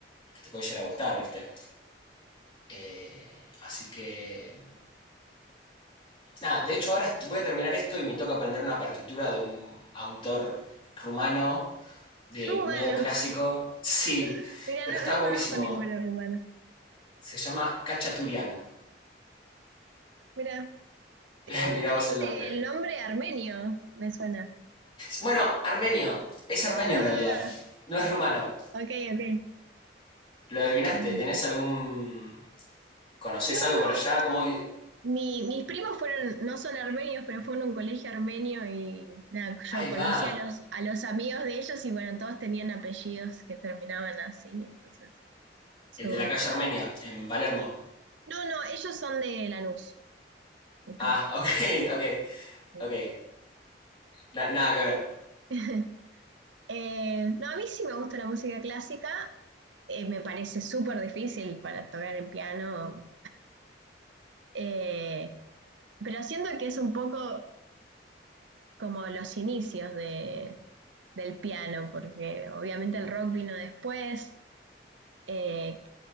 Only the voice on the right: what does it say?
rumano.
<laughs> Mira,
no,
no
conozco ninguno rumano.
Mira.
Eh,
parece
el nombre armenio, me suena.
Ah,
ok, ok.
ok.
No,
no.
Mi- mis primos fueron, no son armenios, pero fueron a un colegio armenio y nada, yo
conocí
a los, a los amigos de ellos y bueno, todos tenían apellidos que terminaban así, entonces. so-
No, no, ellos son de Lanús, mis primos.
sí.
<laughs> Eh, no, a mí sí me gusta la música clásica. eh, me parece súper difícil para tocar el piano. eh, Pero siento que es un poco como los inicios de, del piano, porque obviamente el rock vino después, eh,